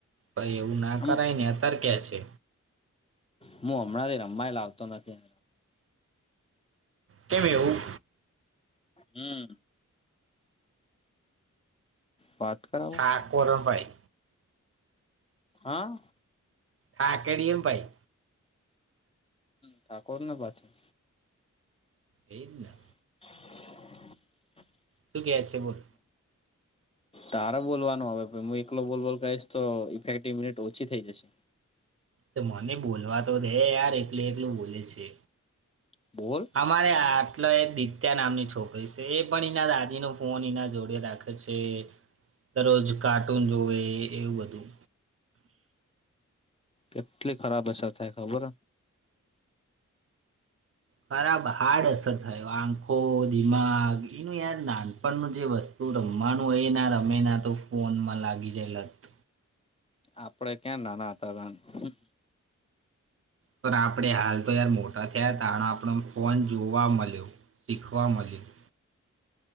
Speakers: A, on the right (about 45°); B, on the left (about 20°).
A: પાઈ એવું ના
B: આમ
A: કરાય ને અતર ક્યા છે.
B: હું હમણાંથી રમમાય લાવતો નથી.
A: કેમ એવું?
B: હમ્મ વાત કર.
A: આકોરમ ભાઈ.
B: હા.
A: હા કેડી એમ ભાઈ.
B: ઠાકોર ના પાછડ.
A: એજ ને
B: <unintelligible>
A: શું કે છે બોલ.
B: તારા બોલવાનું હ હું એકલો બોલ બોલ કહીશ તો ઇફેક્ટિવ મિનિટ ઓછી થઈ જશે.
A: તો મને બોલવા તો રે યાર એકલું એકલું બોલે છે.
B: બોલ.
A: અમારે આટલો એ દિત્યા નામની છોકરી છે એ પણ એના દાદી નો ફોન એના જોડે રાખે. પછ દરરોજ કાર્ટૂન જોવે એવું બધું.
B: કેટલી ખરાબ હસર થાય ખબર.
A: બરાબ હાર્ડ અસર થાય આંખો દિમાગ એનું યાર નાનપણનું જે વસ્તુ રમવાનું હોય એ ના રમે ના તો ફોનમાં લાગી જાય લતું.
B: આપડે ક્યાં નાના હતા તા હમ.
A: પર આપણે હાલ તો યાર મોટા થયા હતા આપણો ફોન જોવા મળ્યો શીખવા મળ્યો.